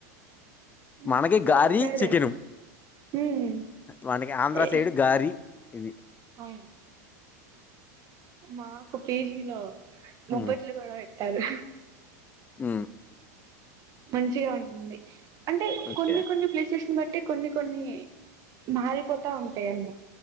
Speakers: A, on the right (about 40°); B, on the left (about 20°).
A: నాకు
B: మనకి
A: ఇక్కడికి
B: గారి
A: వచ్చాక
B: చికిని
A: తెలుసు ఉమ్
B: మనకి ఆంధ్ర
A: ఏ
B: సైడ్ గారి ఇవి.
A: అవును మాకు పిజి లో బొబ్బట్లు
B: హ్మ్.
A: కూడా పెట్టారు
B: అ
A: మంచిగా ఉంటుంది అంటే
B: ఓకే.
A: కొన్ని కొన్ని ప్లేసెస్ బట్టి కొన్ని కొన్ని మారిపోతా ఉంటాయి అన